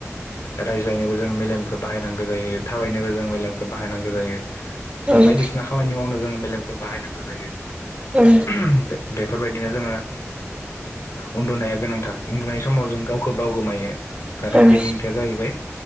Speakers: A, on the left; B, on the right.
A: राय <unintelligible> खौ बाहायनांगौ जायो थाबायनोबो जों मेलेमखौ बाहायनांगौ जायो जों
B: ओं
A: बायदिसिना खामानि मावनो जोङो मेलेमखो बाहायनांगौ जायो।
B: ओं
A: <inaudible> बेफोरबायदिनो जोङो उन्दुनाया गोनांथार उन्दुनाय समाव जों गावखौ बावगोमायो।
B: ओं
A: खारन बेनि ओंथिया जाहैबाय